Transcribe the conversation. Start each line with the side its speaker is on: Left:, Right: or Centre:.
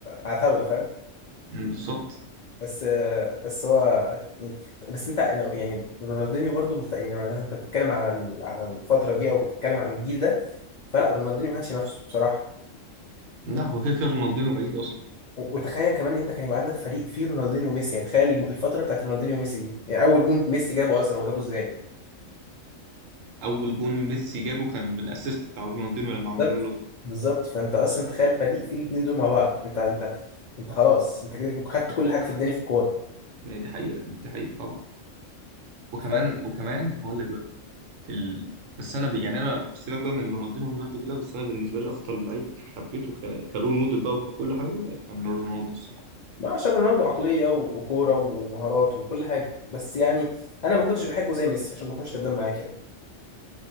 Left: عتاوله فاهم
Right: أمم، بالظبط
Left: بس آه، بس هو يعني بس انت أنا- يعني رونالدينيو برضو مخت... يعني رونالدينيو- انت بتتكلم على ال- على الفتره دي او بتتكلم عن الجيل ده فلا رونالدينيو ما حدش ينافسه بصراحه
Right: لا هو كده كده رونالدينو بعيد اصلا
Left: و- وتخيل كمان انت كان يبقى عندك فريق فيه رونالدينيو وميسي يعني تخيل الم- الفتره بتاعت رونالدينيو وميسي دي يعني اول جون ميسي جابه اصلا هو جابه ازاي
Right: اول جون ميسي جابه كان من الاسيست بتاع رونالدينو لما عملوا
Left: بالظبط
Right: له
Left: بالظبط فانت اصلا تخيل فريق فيه الاثنين دول مع بعض انت انت انت خلاص انت كده خدت كل حاجه في الدنيا في الكوره
Right: ما هي دي حقيقة دي حقيقة طبعا وكمان
Left: ف...
Right: وكمان هقول لك بقى ال... بس انا ب... يعني انا سيبك بقى من رونالدينو والناس دي كلها بس انا بالنسبة لي اخطر لعيب حبيته ك... كرول موديل بقى وككل حاجة كان رونالدو الصراحة
Left: ما عشان رونالدو عقليه و- وكوره ومهارات وكل حاجه بس يعني انا ما كنتش بحبه زي ميسي عشان ما اكونش كداب معاك يعني